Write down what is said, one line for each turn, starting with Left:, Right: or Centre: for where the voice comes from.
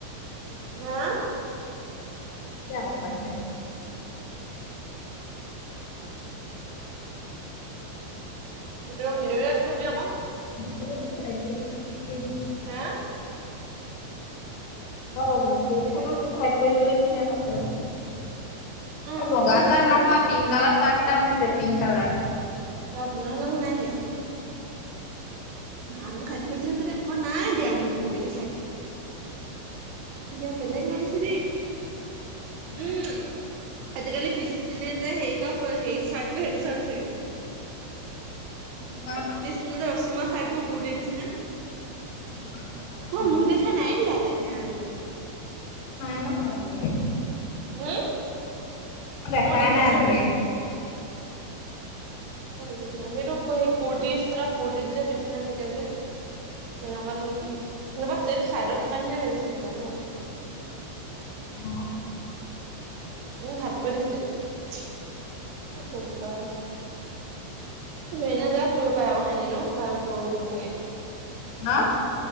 Right: হা।
Left: কি আক বাদ দে।
Right: ভিতৰৱৰ ভিদৌৰ দি থবি আক-
Left: ভিতৰতো নাতৈতো নাম কি।
Right: হা।
Left: অঁ অঁ হয় এই
Right: ভিডিঅ'
Left: টো
Right: কেইটা
Left: টু ফাইভ। কৰিবলৈ কিহে পাইছে বাও বগা
Right: মোক
Left: অ বগা
Right: মানে হেড
Left: চাৰ্ট
Right: কৰি
Left: নহয়
Right: দিলে চাওঁ
Left: পিং কালাৰ চাৰ্ট। তাপ নিচে পিংক কালাৰ।
Right: অঁ তেনেহলে মোক নাই দিয়া। ভান মো খাই কৰি দিলে তৰে অ', নাই দিয়া মোৰ কবিজা খাই। এতিয়া বেলেগ মানিছে দেই।
Left: সঁচাকে,
Right: উমঁ, আজিকালি পিছপিনে যে সেই কাপ হে চাৰ্টটো সেইটো চাৰ্ট চাগে।
Left: ফোন কৰা ক।
Right: পিছপিনে যে ৰশিমা চাৰ্টো কুৰটি নিচিনা
Left: লগৰ ছোৱালী আছে নি?
Right: মোৰ দে- হে নাই দিয়া তাই হেৰামি জনি।
Left: নাই দেখা আজিলৈকে।
Right: হুম,
Left: দেখাই
Right: মই দেখিছোঁ
Left: নাই আজিলৈকে।
Right: হেইটো চাৰ্ট। মই দেখিছো বাৰু, সেইটো স কুৰ্তটি ইষ্টাইল কুুৰ্তিত যে পিছপিনে থাকে যে। তেনেকুৱাতো নেকি, নাই বা এইটো চাইডত থকা নিচিনা লাগিছে নাজানো বাৰু।
Left: আহ।
Right: উম', হাতকৈ দিছে <unintelligible> এনেদৰে ফুৰিব পাৰে আকৌ সেনদিন ন' <unintelligible> তেনেকে।
Left: হা?